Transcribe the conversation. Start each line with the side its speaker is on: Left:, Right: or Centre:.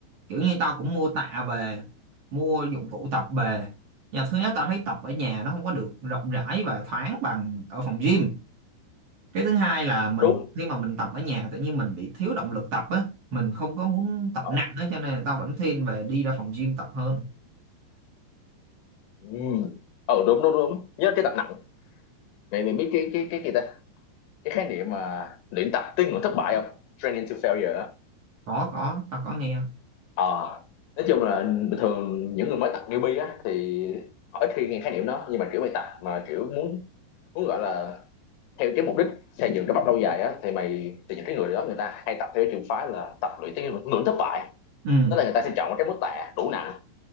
Right: kiểu như tao cũng mua tạ về mua dụng cụ tập về nhà thứ nhất tao thấy tập ở nhà nó không có được rộng rãi và thoáng bằng ở phòng gym cái thứ hai là mình
Left: đúng
Right: khi mà mình tập ở nhà tự nhiên mình bị thiếu động lực tập á mình không có muốn tập
Left: ờ
Right: nặng á cho nên là tao vẫn thiên về đi ra phòng gym tập hơn
Left: ừ. ừ đúng đúng đúng nhớ cái tập nặng mày mày biết cái cái cái gì ta cái khái niệm mà luyện tập tới ngưỡng thất bại không training to failure á
Right: có có tao có nghe
Left: ờ nói chung là bình thường những người mới tập newbie á thì họ ít khi nghe khái niệm đó nhưng mà kiểu mày tập mà kiểu muốn muốn gọi là theo cái mục đích xây dựng cái bắp lâu dài á thì mày thì những cái người đó người ta hay tập theo cái trường phái là tập luyện tới ngưỡng ngưỡng thất bại
Right: ừ
Left: tức là người ta sẽ chọn một cái mức tạ đủ nặng